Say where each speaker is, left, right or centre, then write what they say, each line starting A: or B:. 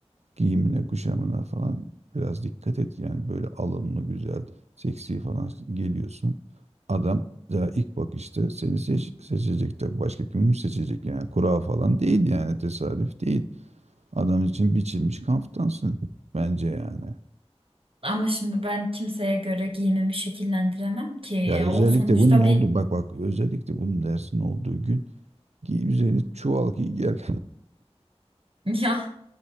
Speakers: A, on the right (about 90°); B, on the right (about 55°).
A: giyimine, kuşamına falan biraz dikkat et. Yani böyle alımlı, güzel, seksi falan geliyorsun. Adam daha ilk bakışta seni seç, seçecek tabii. Başka kimi seçecek yani? Kura falan değil yani tesadüf değil. Adam için biçilmiş kaftansın bence yani.
B: Ama şimdi ben kimseye göre giyimimi şekillendiremem ki. Ya
A: Ya özellikle
B: o sonuçta
A: bunun oldu
B: bir
A: bak bak özellikle bunun dersin olduğu gün Giy üzerini çuval giy gel.
B: <laughs> ya